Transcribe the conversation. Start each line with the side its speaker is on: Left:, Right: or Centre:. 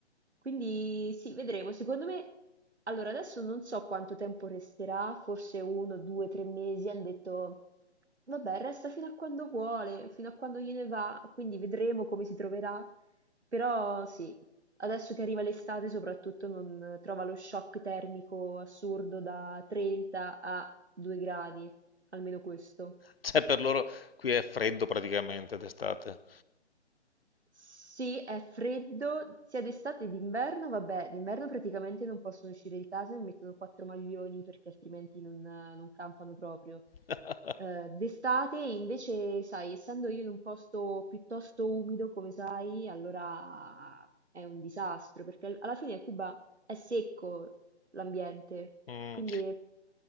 Right: Quindi sì, vedremo. Secondo me, allora adesso non so quanto tempo resterà, forse uno, due, tre mesi. Hanno detto, vabbè, resta fino a quando vuole, fino a quando gliene va, quindi vedremo come si troverà. Però sì, adesso che arriva l'estate soprattutto non trova lo shock termico assurdo da 30 a 2 gradi, almeno questo.
Left: Cioè, per loro qui è freddo praticamente d'estate.
Right: Sì, è freddo sia d'estate che d'inverno, vabbè, d'inverno praticamente non possono uscire di casa e mettono quattro maglioni perché altrimenti non, non campano proprio.
Left: <laughs>
Right: Eh, d'estate invece, sai, essendo io in un posto piuttosto umido, come sai, allora è un disastro perché al- alla fine Cuba è secco l'ambiente,
Left: Mm.
Right: quindi